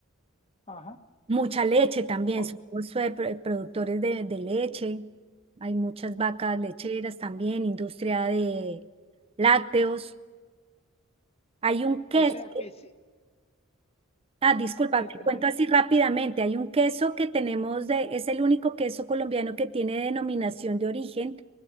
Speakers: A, on the left; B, on the right.
A: ajá.
B: Mucha leche también,
A: O,
B: somos eh, pro- productores de, de leche. Hay muchas vacas lecheras también, industria de lácteos. Hay un queso,
A: o sea que sí,
B: ah, disculpa,
A: eh,
B: te
A: perdona,
B: cuento así rápidamente. Hay un queso que tenemos de, es el único queso colombiano que tiene denominación de origen.